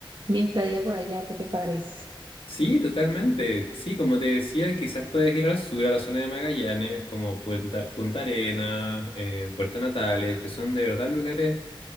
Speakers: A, on the right; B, on the left.
A: mi estadía por allá, ¿qué te parece?
B: Sí, totalmente. Sí, como te decía, quizás puedes ir al sur, a la zona de Magallanes, como Punta, Punta Arenas, eh, Puerto Natales, que son de verdad lugares